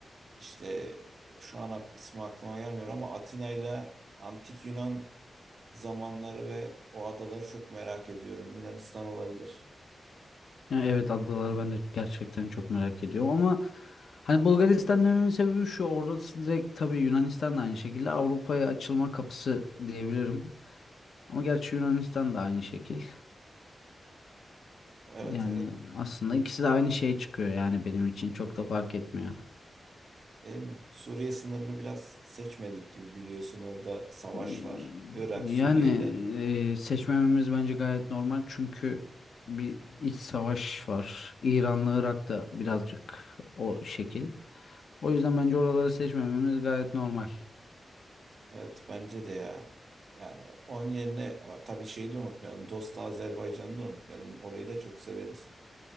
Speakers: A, on the right; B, on the left.
A: işte şu an ak- ismi aklıma gelmiyor ama Atina ile Antik Yunan zamanları ve o adaları çok merak ediyorum. Yunanistan olabilir.
B: Yani evet adaları ben de gerçekten çok merak ediyorum ama hani Bulgaristan dememin sebebi şu orada direkt tabii Yunanistan da aynı şekilde Avrupa'ya açılma kapısı diyebilirim. Ama gerçi Yunanistan da aynı şekil.
A: Evet
B: Yani
A: evet.
B: aslında ikisi de aynı şeye çıkıyor yani benim için çok da fark etmiyor.
A: Değil mi? Suriye sınırını biraz seçmedik gibi biliyorsun orada savaş
B: Ee,
A: var. Irak,
B: Yani
A: Suriye'de.
B: e, seçmememiz bence gayet normal çünkü bir iç savaş var. İran'la Irak da birazcık o şekil. O yüzden bence oraları seçmememiz gayet normal.
A: Evet bence de ya. Yani onun yerine a, tabii şeyi de unutmayalım. Dost Azerbaycan'ı da unutmayalım. Orayı da çok severiz.